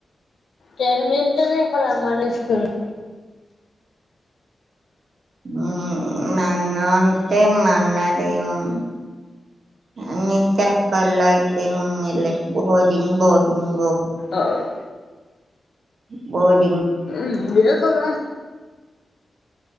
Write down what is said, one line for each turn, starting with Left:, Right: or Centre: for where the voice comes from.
Left: టైం ఎంతనే ఇక్కడ మన స్కూల్లో
Right: హు మన్న అంటే మన్నదేవం హు నీకు చెప్పాలా అయితెం ఇప్పు లైఫ్ బోరింగ్ బోరింగ్ బో
Left: అవ్ న్
Right: బోరి
Left: ఉమ్ వేస్ తెల్దా